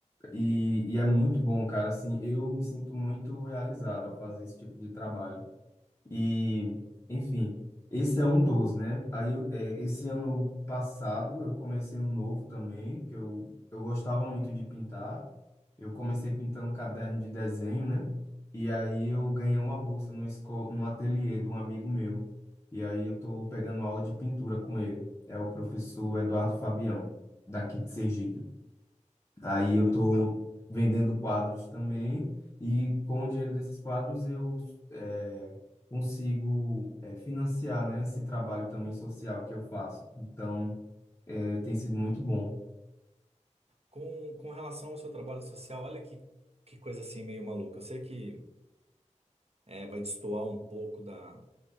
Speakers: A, on the left; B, on the right.
A: E, e é muito bom, cara. Assim, eu me sinto muito realizado ao fazer esse tipo de trabalho. E, enfim, esse é um dos, né? Aí, eu- é, esse ano passado, eu comecei um novo também, que eu, eu gostava muito de pintar. Eu comecei pintando caderno de desenho, né? E aí eu ganhei uma bolsa numa escola, num ateliê de um amigo meu. E aí eu tô pegando aula de pintura com ele. É o professor Eduardo Fabião, daqui de Sergipe. Aí eu
B: tá?
A: tô vendendo quadros também e com o dinheiro desses quadros eu é, consigo é, financiar, né, esse trabalho também social que eu faço. Então, é, tem sido muito bom.
B: Com, com relação ao seu trabalho social, olha que, que coisa assim meio maluca. Eu sei que é, vai destoar um pouco da,